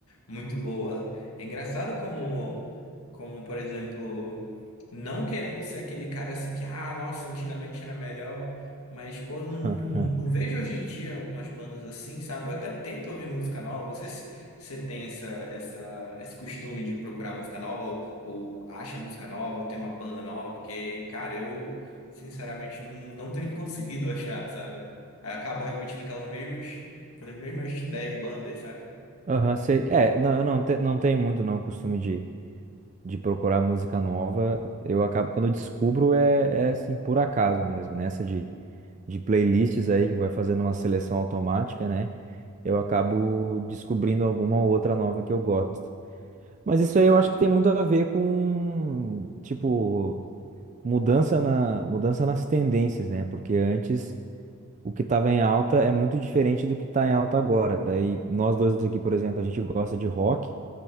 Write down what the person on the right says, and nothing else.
<laughs>
Aham, sei. É, não, eu não, te- não tenho muito não o costume de, de procurar música nova. Eu acabo, quando eu descubro, é, é assim, por acaso mesmo, nessa de de playlists aí que vai fazendo uma seleção automática, né? Eu acabo descobrindo alguma outra nova que eu gosto. Mas isso aí eu acho que tem muito a ver com, tipo, mudança na, mudança nas tendências, né? Porque antes o que estava em alta é muito diferente do que está em alta agora. Daí nós dois aqui, por exemplo, a gente gosta de rock.